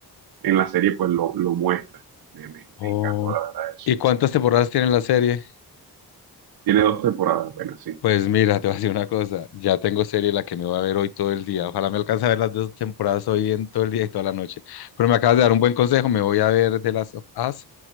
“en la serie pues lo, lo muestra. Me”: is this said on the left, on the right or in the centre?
Right